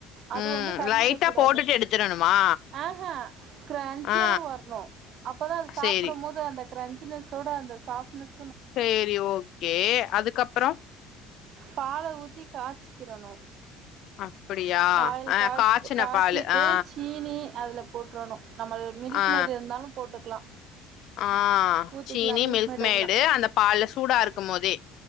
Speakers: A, on the right (about 55°); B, on the left (about 60°).
A: அது
B: ம்
A: வந்து கறிகிட
B: லைட்டா
A: கூடாது
B: போட்டுட்டு எடுத்துரணுமா
A: ஆஹ்ஹா கரன்ச்சியா
B: ஆ
A: வரணு அப்போ தா அது சாப்பிடும்
B: சேரி
A: போது அந்த க்ரன்சினஸோட அந்த சாஃப்ட்டுனஸ்
B: சேரி ஓகே அதுக்கப்புறோ
A: பால ஊத்தி காச்சிக்கிறணு
B: அப்டியா
A: பாயில்
B: ஆ
A: காய்ச்
B: காய்ச்சின
A: காய்ச்சிட்டு
B: பாலு ஆ
A: சீனி அதுலா போட்டுரணு நம்மள் மில்க்
B: ஆ
A: மாரி இருந்தாலு போட்டுக்கலா
B: ஆ
A: ஊத்திக்கலா
B: சீனி மில்க்
A: மேட்
B: மேடு
A: இருந்தா
B: அந்த பால்ல சூடா இருக்கும் போதே